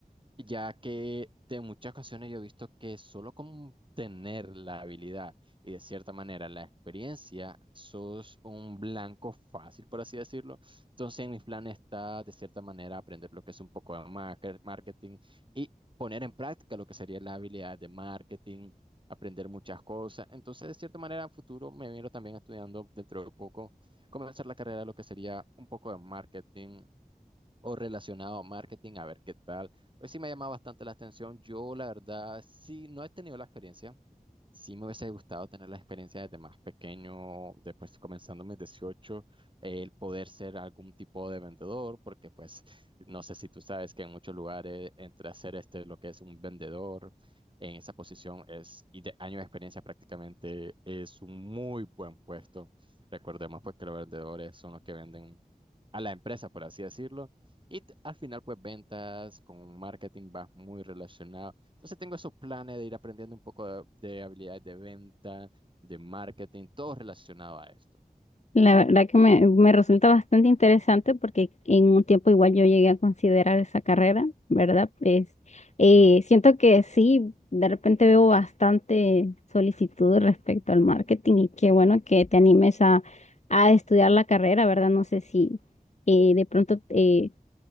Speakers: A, on the right; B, on the left.
A: ya que de muchas ocasiones yo he visto que solo con tener la habilidad y de cierta manera la experiencia, sos un blanco fácil, por así decirlo. Entonces, en mis planes está de cierta manera aprender lo que es un poco de market- marketing y poner en práctica lo que sería la habilidad de marketing, aprender muchas cosas. Entonces, de cierta manera, en futuro me miro también estudiando dentro de poco, comenzar la carrera de lo que sería un poco de marketing o relacionado a marketing, a ver qué tal. Pues sí me ha llamado bastante la atención. Yo, la verdad, sí, no he tenido la experiencia. Sí me hubiese gustado tener la experiencia desde más pequeño, después comenzando mis dieciocho el poder ser algún tipo de vendedor, porque pues no sé si tú sabes que en muchos lugares entre hacer este lo que es un vendedor en esa posición es, y de año de experiencia prácticamente es un muy buen puesto. Recordemos pues que los vendedores son los que venden a la empresa, por así decirlo, y t- al final pues ventas con marketing va muy relacionado. Entonces tengo esos planes de ir aprendiendo un poco de, de habilidades de venta, de marketing, todo relacionado a esto.
B: La verdad que me, me resulta bastante interesante porque en un tiempo igual yo llegué a considerar esa carrera, ¿verdad? Pues eh, siento que sí, de repente veo bastante solicitud respecto al marketing y qué bueno que te animes a, a estudiar la carrera, ¿verdad? No sé si eh, de pronto eh,